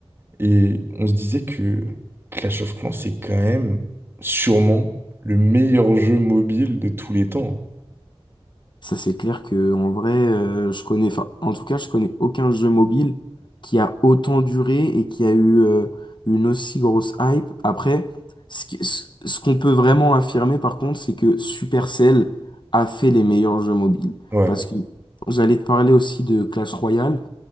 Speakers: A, on the right (about 20°); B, on the left (about 50°).
A: Et on se disait que Clash of Clans, c'est quand même sûrement le meilleur jeu mobile de tous les temps.
B: Ça, c'est clair que en vrai, euh, je connais, enfin, en tout cas, je connais aucun jeu mobile qui a autant duré et qui a eu euh, une aussi grosse hype. Après, ce qui- ce- ce qu'on peut vraiment affirmer, par contre, c'est que Supercell a fait les meilleurs jeux mobiles.
A: Ouais,
B: Parce que j'allais te parler aussi de Clash Royale,